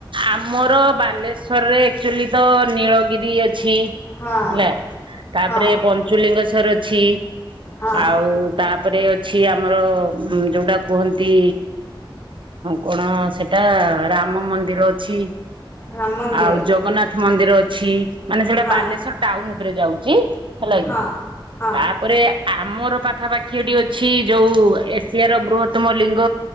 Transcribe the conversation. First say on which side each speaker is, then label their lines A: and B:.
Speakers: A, on the right (about 65°); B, on the left (about 30°).
A: ଆମର ବାଲେଶ୍ଵରରେ ଆକଚୁଆଲି ତ ନୀଳଗିରି ଅ
B: ହଁ
A: ହେଲା, ତାପରେ
B: ହଁ
A: ପଞ୍ଚୁଲିଙ୍ଗ <unintelligible> ଅଛି।
B: ହଁ
A: ଆଉ ତାପରେ ଅଛି ଆମର ଯୋଉଟା କୁହନ୍ତି କଣ ସେଟା ରାମ ମନ୍ଦିର ରେ ଅଛି।
B: ରାମ ମନ୍ଦିର
A: ଆଉ ଜଗନ୍ନାଥ ମନ୍ଦିର ଅ ଛି। ମାନେ ସେଇଟା
B: ହଁ
A: ବାଲେଶ୍ୱର ଟାଉନ ଉପରେ ଯାଉଛି। କି? ହେଲା
B: ହଁ
A: କି
B: ହଁ
A: ତାପରେ ଆମର ପାଖାପାଖି ହେଟି ଅଛି ଯୋଉ ଏସିଆର ବୃହତମ ଲିଙ୍ଗ।